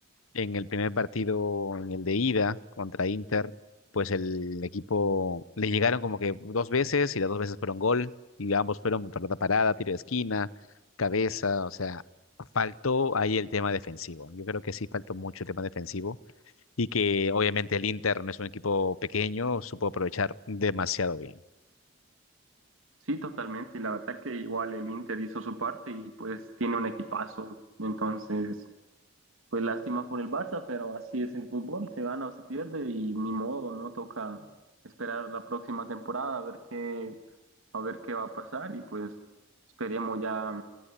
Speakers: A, on the left; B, on the right.
A: En el primer partido, en el de ida contra Inter, pues el equipo le llegaron como que dos veces y las dos veces fueron gol y ambos fueron pelota parada, tiro de esquina, cabeza, o sea, faltó ahí el tema defensivo. Yo creo que sí faltó mucho el tema defensivo y que obviamente el Inter no es un equipo pequeño, supo aprovechar demasiado bien.
B: Sí, totalmente. Y la verdad que igual el Inter hizo su parte y pues tiene un equipazo. Entonces, Pues lástima por el Barça, pero así es el fútbol, se gana o se pierde y ni modo, no toca esperar la próxima temporada a ver qué, a ver qué va a pasar y pues esperemos ya,